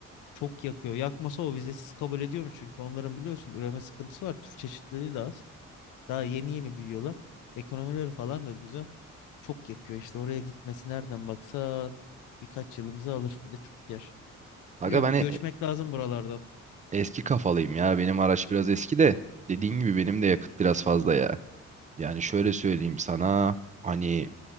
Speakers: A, on the left; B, on the right.
A: Çok yakıyor. Yakmasa o vizesiz kabul ediyormuş. Çünkü onların biliyorsun üreme sıkıntısı var. Türk çeşitliliği de az. Daha yeni yeni büyüyorlar. Ekonomileri falan da güzel. Çok yakıyor işte oraya gitmesi nereden baksan birkaç yılımızı alır. Bir de çok yer.
B: Aga
A: Biliyorum
B: ben
A: bir
B: e-
A: göçmek lazım buralardan.
B: eski kafalıyım ya. Benim araç biraz eski de. Dediğin gibi benim de yakıt biraz fazla ya. Yani şöyle söyleyeyim sana hani